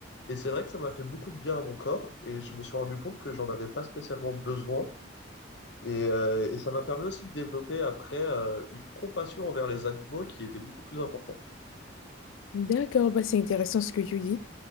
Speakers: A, on the left; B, on the left.
A: Et c'est vrai que ça m'a fait beaucoup de bien à mon corps. Et je me suis rendu compte que j'en avais pas spécialement besoin et, euh, et ça m'a permis aussi de développer après euh, une compassion envers les animaux qui était beaucoup plus importante.
B: D'accord, bah c'est intéressant ce que tu dis.